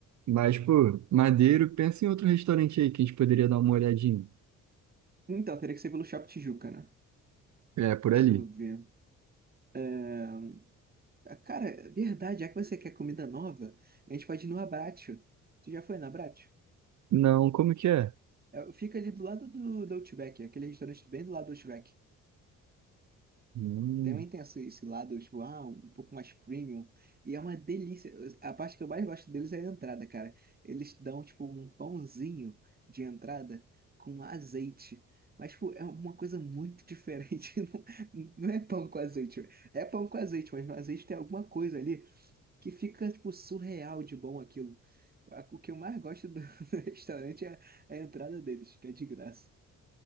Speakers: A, on the right; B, on the right.
A: Mas, pô, Madeiro, pensa em outro restaurante aí que a gente poderia dar uma olhadinha.
B: Então, teria que ser pelo Shopping Tijuca, né?
A: É, por
B: Deixa
A: ali.
B: eu ver. É, Cara, é verdade, já que você quer comida nova, a gente pode ir no Abbraccio. Tu já foi no Abbraccio?
A: Não, como que é?
B: É, Fica ali do lado do, do Outback, aquele restaurante bem do lado do Outback.
A: Hum,
B: Também tem esse, esse lado, tipo, ah, um pouco mais premium. E é uma delícia. A parte que eu mais gosto deles é a entrada, cara. Eles dão, tipo, um pãozinho de entrada com azeite. Mas, tipo, é uma coisa muito diferente. <laughs> Não, não é pão com azeite. É pão com azeite, mas no azeite tem alguma coisa ali que fica, tipo, surreal de bom aquilo. A- O que eu mais gosto do <laughs> do restaurante é a a entrada deles, que é de graça.